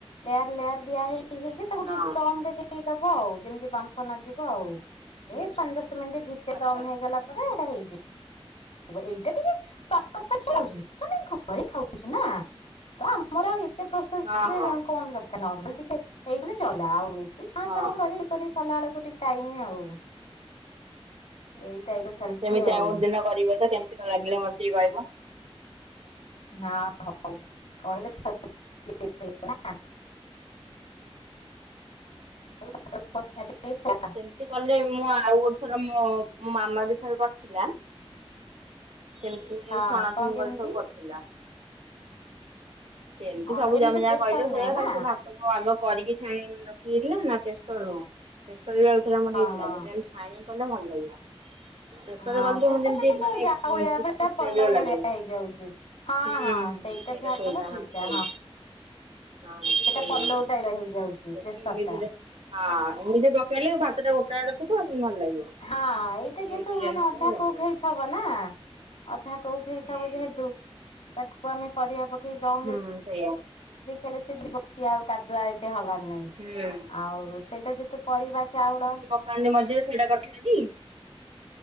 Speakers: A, on the left (about 85°); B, on the right (about 80°).
A: ଲେୟାର ଲେୟାର ଦିଆ ହେଇ ହେଇକି ତାକୁ
B: ହଁ
A: ଟିକେ ଦମ୍ ରେ ଦେଇଦବ ଆଉ। ଯେମିତି ବାମ୍ଫ ନଯିବ, ଆଉ ଏ
B: ଆଚ୍ଛା
A: ପାଞ୍ଚ ଦଶ ମିନିଟ ଭିତରେ
B: ଆଚ୍ଛା
A: ଦମ୍ ହେଇଗଲା ପରେ ଏଇଟା ହେଇଯିବ। ଏଇଟା ଟିକେ ଶର୍ଟ କଟ
B: ଆଚ୍ଛା ଆଚ୍ଛା
A: ତମ ଘରେ ଖାଉଛୁ ନା। ତ ଆମର ଆଉ ଏତେ ପ୍ରୋସେସ
B: ହଁ
A: ରେ
B: ହଁ
A: କଣ ଦରକାର ନର୍ମାଲ ଟିକେ ହେଇଗଲେ ଚଲା ଆଉ। ଟିକେ ଛଣା ଛଣି
B: ହଁ।
A: କରି ଇଏ କରି କଲା ବେଳକୁ ଟିକେ ଟାଇମ୍ ଆଉ। ଏଇଟା ଏବେ ଚାଲିଛି
B: ସେମିତି
A: ଆଉ।
B: ଗୋଟେ ଦିନ କରିବ ତ କେମିତି କଣ ଲାଗିଲା ମତେ କହିବ।
A: ହଁ ହଉ କହିଲେ <unintelligible> <unintelligible>
B: ସେ କଲେ ମୁଁ ଆଉ ଗୋଟେ ଥର ମୋ ମାମା ବି ଥରେ କରିଥିଲା ସେମତି
A: ହଁ
B: ଛଣା
A: କଣ
B: ଛଣି
A: କେମିତି
B: କରି ସବୁ କରିଥିଲା। ସେମିତି
A: ଓହୋ
B: ସବୁ
A: ଏମିତି
B: ତମେ ଯାହା
A: ପ୍ରେସର
B: କହିଲ
A: ନୁହଁ
B: ସେଇଆ
A: ନା
B: ଖାଲି ତାକୁ ଆଗ କରିକି ଛାଣିକି ରଖି ଦେଇଥିଲା ନା ପ୍ରେସର ରୁ ଛାଣି
A: ହଁ
B: କି
A: ହଁ
B: କଲେ ଭଲ ଲାଗିବ। ପ୍ରେସର
A: ହଁ
B: ରେ କଲେ
A: ପ୍ରେସର
B: ଯେ-ଯେମତି
A: ଟା ଟିକେ
B: ମାନେ
A: ଯାଉଳିଆ
B: ଖୁସ୍
A: ଭଳିଆ
B: ଖୁସ୍
A: ପଲଉ
B: ଲାଗେ।
A: ଭଳିଆ ହେଇଯାଉଛି। ହଁ
B: ହୁଁ ହୁଁ
A: ହଁ ସେଇଟା
B: ସେଇ
A: ଯାହା
B: ତା ସେଇଦା
A: କଲ ଠିକ
B: ହଁ
A: ଟା
B: ସେଇ ହଁ ସେଇଆ।
A: ସେଟା ପଲଉ ଟାଇପ୍ ହେଇଯାଉଛି
B: ଇଂଲିଶରେ
A: ପ୍ରେସର ଟା।
B: ହଁ ଏମିତି ପକେଇଲେ ଭାତଟା ଗୋଟାେ ଗୋଟା ଥିବ ସେ ଭଲ ଲାଗିବ।
A: ହଁଁ ଏଇଟା
B: ରିଅଲ
A: ଯେହେତୁ
B: ବିରିୟାନୀ
A: ମାନେ
B: ଭଳିଆ
A: ଅଧା
B: ହିଁ ଲାଗିବ
A: କୁକ୍ ହେଇଥିବ ନା ଅଧା କୁକ୍ ହେଇଥିବ
B: ହୁଁ
A: ଯେହେତୁ, ତାକୁ ଆମେ ପରିବା ପକେଇ ଦମ ରେ
B: ହୁଁ ସେୟା।
A: ଦେଖିଲେ ସେ ଯଦି ବସି ସେ ଆଉ କାଦୁଆ ଏଇତ ହବାର ନାହିଁ।
B: ହୁଁ
A: ଆଉ ସେଇଟା ଯେତୁ ପରିବା ଚାଉଳ
B: ତମେ ମଝିରେ ସେଇଟା କରିଥିଲେ କି?